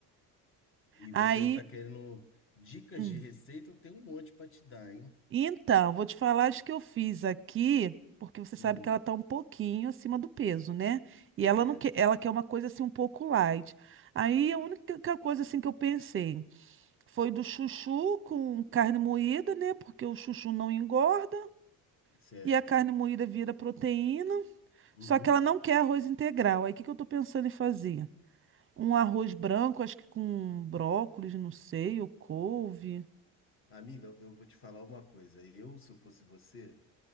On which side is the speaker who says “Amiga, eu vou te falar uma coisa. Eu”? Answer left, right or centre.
Left